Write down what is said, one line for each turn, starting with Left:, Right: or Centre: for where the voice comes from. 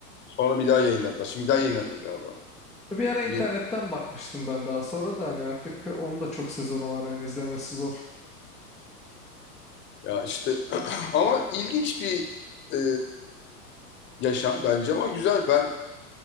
Left: Sonra bir daha yayınladılar. Şimdi bir daha yayınlanıyor galiba.
Centre: Bir ara internetten
Left: Yeni-
Centre: bakmıştım ben daha sonra da hani artık onun da çok sezonu var hani izlemesi zor.
Left: Ya işte <clears throat> ama ilginç bir e, yaşam bence ama güzel ben